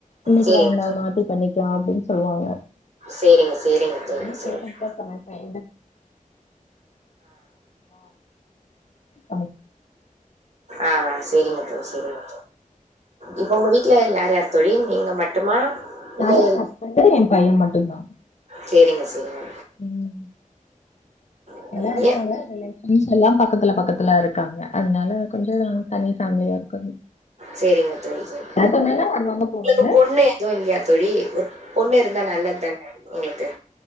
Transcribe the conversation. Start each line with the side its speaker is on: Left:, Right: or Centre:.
Left: இன்னைக்கு
Right: சேரிங்க
Left: வேண்டா
Right: தோழி.
Left: மாத்தி பண்ணி ணிக்கா அப்டின் சொல்வாங்க
Right: சேரிங்க, சேரிங்க தோழி.
Left: நானு
Right: சேரிங்க.
Left: கேட்டுட் தா சமப்பே. <unintelligible> <unintelligible>
Right: ஆஹ. <inaudible> சேரிங்க தோழி சேரிங்க. இப்போ உங்க வீட்டில் யார் யார் தோழி நீங்க மட்டுமா. இல்லை
Left: நானு எ ஹஸ்பண்டு என பைய மட்டு. அதா.
Right: சேரிங்க சேரிங்க.
Left: உம்
Right: தோழி
Left: எல்லா இருக்காங்க
Right: ஏ
Left: ரிலேட். ஃபிரெண்ட்ஸ் எல்லா பக்கத்துல பக்கத்துல இருக்காங்க. அதனால கொஞ்சோ தனி ஃபேமிலியா இருக்கு.
Right: சரிங்க தோழி சரி
Left: அதுனால வருவாங்க போவாங்க.
Right: உங்களுக்கு பொண்ணு எதுவும் இல்லையா தோழி ஒரு பொண்ணு இருந்தால் நல்லது தானே உங்களுக்கு